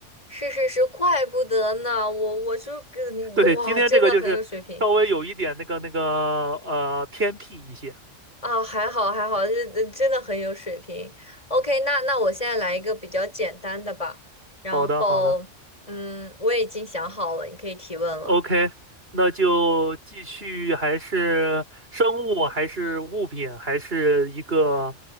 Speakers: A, on the left; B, on the right.
A: 是是是，怪不得呢，我我就跟哇，
B: 对，今天这个就是稍微有一点那个那个呃偏僻一些。
A: 真的很有水平啊，还好还好，这这真的很有水平。OK，那那我现在来一个比较简单的吧，然后嗯，
B: 好的，好的
A: 我已经想好了，你可以提问了。
B: ，OK，那就继续，还是生物，还是物品，还是一个